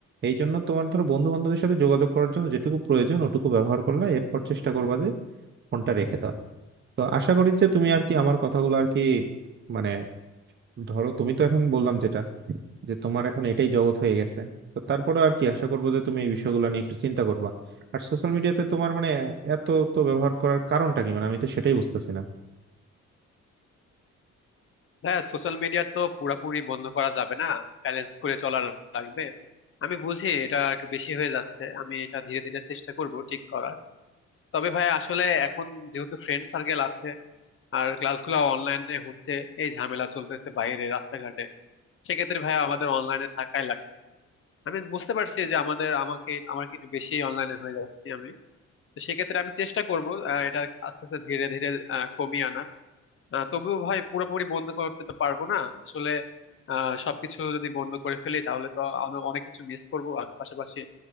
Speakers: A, on the right; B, on the left.
A: এই জন্য তোমার ধরো বন্ধু বান্ধবের সাথে যোগাযোগ করার জন্য যেটুকু প্রয়োজন ওটুকু ব্যবহার করলা এরপর চেষ্টা করবা যে ফোনটা রেখে দাও তো আশা করি যে তুমি আর কি আমার কথাগুলো আর কি মানে ধরো তুমি তো এখন বললাম যেটা যে তোমার এখন এটাই জগৎ হয়ে গেছে তো তারপরে আর কি আশা করবো যে তুমি এই বিষয়গুলো নিয়ে একটু চিন্তা করবা আর সোশ্যাল মিডিয়াতে তোমার মানে এত তো ব্যবহার করার কারণটা কি মানে আমি তো সেটাই বুঝতেছি না
B: হ্যাঁ সোশ্যাল মিডিয়া তো পুরাপুরি বন্ধ করা যাবে না ব্যালেন্স করে চলার লাগবে আমি বুঝি এটা একটু বেশি হয়ে যাচ্ছে আমি এটা ধীরে ধীরে চেষ্টা করব ঠিক করার তবে ভাই আসলে এখন যেহেতু ফ্রেন্ড সার্কেল আছে আর ক্লাসগুলো অনলাইনে হচ্ছে এই ঝামেলা চলতেছে বাইরে রাস্তাঘাটে সেক্ষেত্রে ভাই আমাদের অনলাইনে থাকাই লাগবে আমি বুঝতে পারছি যে আমাদের আমাকে আমার কি একটু বেশি অনলাইনে হয়ে যাচ্ছে আমি তো সেক্ষেত্রে আমি চেষ্টা করবো আহ, এটা আস্তে আস্তে ধীরে ধীরে আহ, কমিয়ে আনার আহ, তবুও ভাই পুরোপুরি বন্ধ করতে তো পারবো না আসলে আহ সবকিছু যদি বন্ধ করে ফেলি তাহলে তো আমি অনেক কিছু মিস করবো আর পাশাপাশি